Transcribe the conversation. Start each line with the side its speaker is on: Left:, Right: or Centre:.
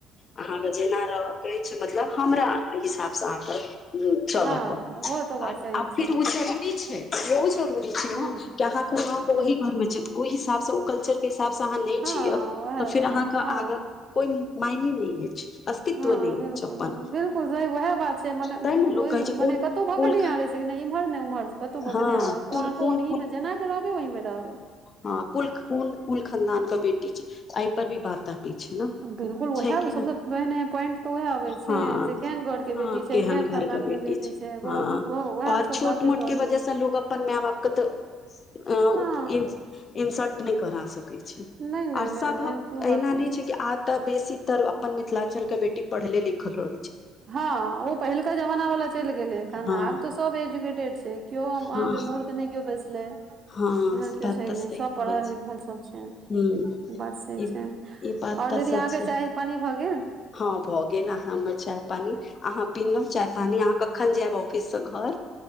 Left: अहाँके जेना रहयके कहै छै मतलब हमरा। हिसाब से अहाँकेँ चलय
Right: हँ
Left: पड़त
Right: ओ तऽ
Left: आ
Right: बात सही
Left: फिर
Right: छै
Left: उ जरूरी छै बहुत जरुरी छै
Right: हुँ
Left: ने कि अहाँ वह
Right: हुँ
Left: घर मे छै ओहि हिसाब से ओ कल्चर के। साहाँ नहि
Right: हँ
Left: जियब
Right: उएह
Left: त फेर
Right: बात
Left: अहाँकेँ
Right: छै हँ
Left: आगा कोइ मायने नहि अछि अस्तित्व
Right: हँ
Left: नहि
Right: बिल्कूल
Left: अछि अपन
Right: बिल्कूल सही उएह बात छै मने
Left: तैँ ने लोक
Right: ओहि
Left: कहै छै
Right: मने
Left: कोन
Right: कतहु भऽ
Left: कुल
Right: के न आरे से नहि एम्हर ने ओम्हर कतबो
Left: हँ
Right: क ओनाहिमे तऽ
Left: कुल
Right: अहाँकेँ
Left: कोन
Right: ओनही मे जेनाके रहबै ओहि मे रहब
Left: ह कुल कुल खनदान के बेटी छै एहि पर भी बात अबै छै ने
Right: बिल्कुल उएह
Left: छै कि
Right: सबसँ
Left: नहि
Right: पहिने पॉइंट तऽ उएह अबै छै
Left: हँ
Right: जे केहन घर के बेटी छै
Left: केहन घर
Right: खानदान
Left: के बेटी
Right: छै बहुत
Left: हँ
Right: उएह
Left: ओर
Right: सब
Left: छोट
Right: बाते
Left: मोट
Right: भऽ
Left: के
Right: गेल
Left: वजह से लोग अपन माय बापके तऽ अउप
Right: हँ
Left: इ इन्सल्ट नहि करा सकै छै आम
Right: नहि नहि
Left: ओर
Right: नहि
Left: सभ
Right: नहि ओहन
Left: कऽ
Right: कोनो
Left: एहिहिना
Right: बात
Left: नहि छै कि आब तऽ बेसी तर अपन मिथिलाचल के बेटी पढ़ले लिखल हो
Right: हँ ओ पहिलका जमाना वाला चलि गेलैन एखन
Left: हँ
Right: आब तऽ सभ एजुकेटेड छै केओ अहाँकेँ
Left: हँ
Right: मूर्ख नहि केओ बेसले एहन
Left: हँ
Right: के
Left: बात
Right: छै
Left: तऽ
Right: नहि
Left: सही
Right: सभ पढ़ल
Left: कहै छै
Right: लिखल सभ छै
Left: हूँ
Right: बात से
Left: ई
Right: छै
Left: ई बात
Right: आओर
Left: तऽ
Right: दीदी
Left: सच
Right: अहाँकेँ
Left: छै
Right: चाय पानि भऽ गेल
Left: हँ भऽ गेल अहाँ मे चाय पानी अहाँ पीलहुँ चाय पानी अहाँ कखन जायब ऑफिस से घर